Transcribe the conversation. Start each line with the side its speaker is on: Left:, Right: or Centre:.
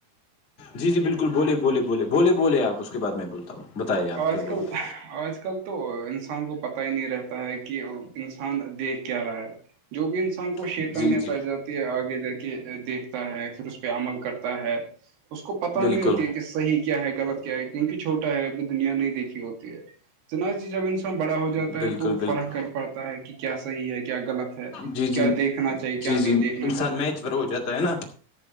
Left: جی جی بالکل بولے بولے بولے بھولے بولے آپ اس کے بعد میں بولتا ہوں بتائیے آپ
Right: آج
Left: کیا بولتے
Right: کل آج کل تو انسان کو پتا ہی نہیں رہتا ہے کہ انسان دیکھ کیا رہا ہے جو بھی انسان کو
Left: ہیں؟
Right: شیطان
Left: جی جی
Right: تاعجر آگے جا کے دیکھتا ہے پھر اس پہ عمل کرتا ہے اس کو پتا
Left: بالکل
Right: نہیں ہوتی ہے کہ صیح کیا ہے غلط کیا ہے کیونک چھوٹا ہے دنیا نہیں دیکھی ہوتی ہے تونا چیز اب ان بڑا ہو جاتا
Left: بالکل
Right: ہے تو
Left: بالکل
Right: فرق کر پاتا ہے کہ کیا صحیح ہے کیا غلط ہے
Left: جی جی
Right: کیا دیکھ دیکھنا چاہیے
Left: جی
Right: کیا نہیں
Left: جی
Right: دیکھنا
Left: انسان
Right: چاہیے
Left: میچ پر ہو جاتا ہے نا